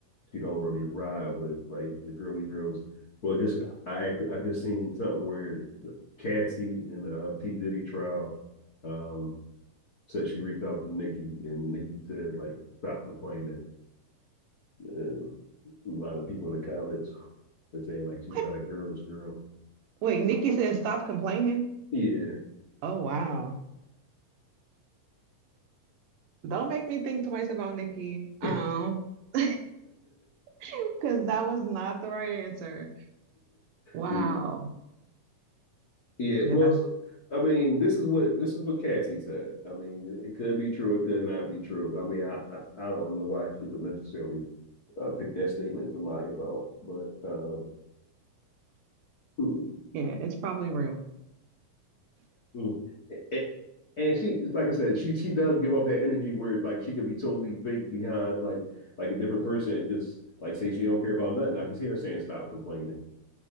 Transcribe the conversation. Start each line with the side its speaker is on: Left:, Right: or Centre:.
Left: she don't really ride with like the girly girls. But just I act, I just seen something where Cassie in the uh, P Diddy trial um, said she reached out to Nikki and Nikki said like stop complaining. And a lot of people in the comments are saying like she's
Right: What?
Left: not a girl's girl.
Right: Wait, Nicki says stop complaining.
Left: Yeah.
Right: Oh wow. Don't make me think twice about Nicki. Um,
Left: <laughs>
Right: <laughs> because that was not the right answer. Wow.
Left: yeah, Yeah,
Right: Yeah,
Left: well,
Right: that's
Left: so- I mean, this is what this is what Cassie said. I mean, it could be true, it could not be true. I mean, I I, I don't know why she would necessarily uh, pick that statement to lie about, but um, mm-mm,
Right: yeah, it's probably real.
Left: mm. A- and she, like I said, she she does give off that energy where like she could be totally fake behind like like a different person and just like say she don't care about nothing. I can hear her saying stop complaining